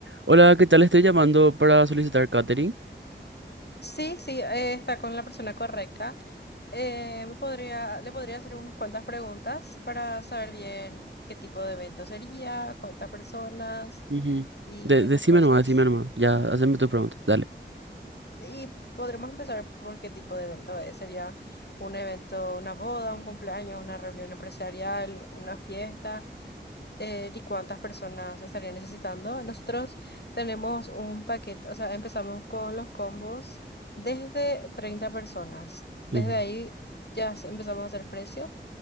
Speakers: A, on the right (about 85°); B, on the left (about 60°).
A: Hola, ¿qué tal? Estoy llamando para solicitar catering.
B: Sí, sí, eh, está con la persona correcta. Eh, me podría, le podría hacer unas cuantas preguntas para saber bien qué tipo de evento sería, cuántas personas
A: Ujú,
B: y
A: De-
B: esas
A: decime
B: cosas.
A: nomás, decime nomás. Ya, haceme tus preguntas, dale.
B: Y podremos empezar por qué tipo de evento es. ¿Sería un evento, una boda, un cumpleaños, una reunión empresarial, una fiesta? eh, ni cuántas personas estarían necesitando. Nosotros tenemos un paquete, o sea, empezamos con los combos desde 30 personas. Desde
A: ujú.
B: ahí ya s- empezamos a hacer precio